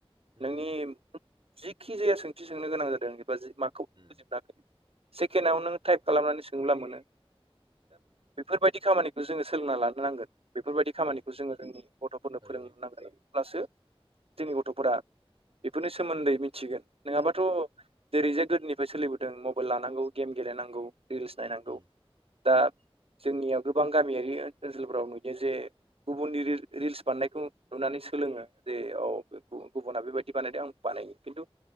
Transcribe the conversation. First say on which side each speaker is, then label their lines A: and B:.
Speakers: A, on the right; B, on the right.
A: नंगौ
B: नोंनि
A: नंगौ
B: जिखि जाया सोंथि सोंनो गोनां जादों एबा जि माखौ
A: उम
B: बुजिमोनाखै सेकेनावनो नों टाइप खालामनानै सोङोब्ला मोनो।
A: नोंगौ नोंगौ
B: इफोरबायदि खामानिखौ जोङो सोलोंना लानो नांगोन बेफोरबायदि खामानिखौ
A: उम उम
B: जोङो जोंनि गथ'फोरनो
A: थारैनो
B: फोरोंनो नांगोन। अब्लासो जोंनि गथ'फोरा बेफोरनि सोमोन्दै मिथिगोन नोङाबाथ' जेरै जे गोदोनिफ्राय सोलिबोदों मबेल लानांगौ गेम गेलेनांगौ रिल्स नायनांगौ
A: उम
B: दा जोंनियाव गोबां गामियारि ओनसोलफोराव नुयो जे गुबुननि रि रिल्स बानायनायखौ नुनानै सोलोङो जे औ बेखौ गुबुना‌‌ बेखौ बेबायदि बानायदों आं बानायनि किन्थु